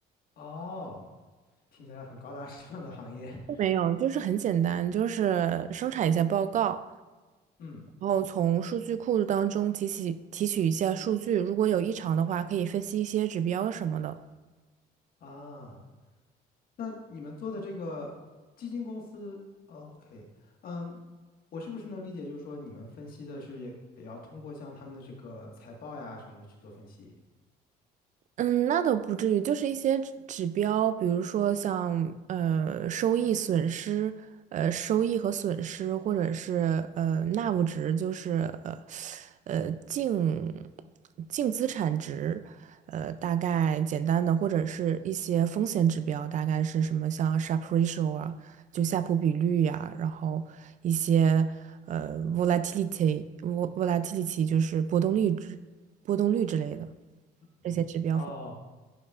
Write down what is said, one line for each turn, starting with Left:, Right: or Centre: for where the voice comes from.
Left: 哦，听起来很高大上的行业。
Right: 没有，就是很简单，就是生产一下报告，
Left: <laughs> 嗯
Right: 然后从数据库当中提取提取一下数据，如果有异常的话，可以分析一些指标什么的。
Left: 啊，那你们做的这个基金公司哦，OK，嗯，我是不是能理解，就是说你们分析的是也也要通过像他们的这个财报呀什么的去做分析？
Right: 嗯，那倒不至于，就是一些指指标，比如说像呃收益、损失，呃收益和损失，或者是呃纳物值，就是呃呃净净资产值，呃大概简单的，或者是一些风险指标，大概是什么像 Sharpe ratio 啊，就夏普比率呀、然后一些呃 volatility vol volatility 就是波动率之波动率之类的
Left: 嗯，
Right: 这些指标。
Left: 哦，